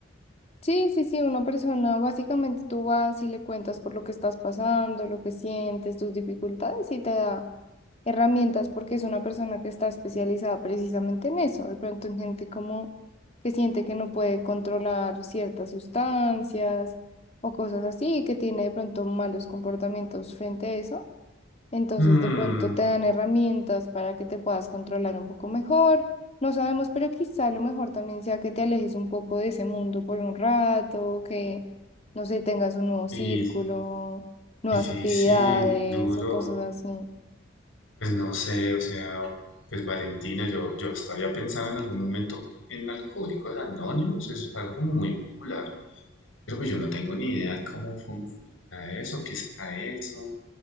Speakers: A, on the left; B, on the left.
A: Sí, sí, sí, una persona, básicamente tú vas y le cuentas por lo que estás pasando, lo que sientes, tus dificultades y te da herramientas porque es una persona que está especializada precisamente en eso, de pronto en gente como que siente que no puede controlar ciertas sustancias o cosas así, que tiene de pronto malos comportamientos frente a eso. Entonces,
B: Hmm,
A: de pronto te dan herramientas para que te puedas controlar un poco mejor. No sabemos, pero quizá lo mejor también sea que te alejes un poco de ese mundo por un rato, que, no sé, tengas un nuevo
B: y
A: círculo, nuevas
B: difícil,
A: actividades
B: duro.
A: o cosas así.
B: Pues no sé, o sea, pues Valentina, yo, yo hasta había pensado en algún momento en Alcohólicos Anónimos, eso es algo como muy popular, pero pues yo no tengo ni idea cómo, cómo funciona eso, qué será eso,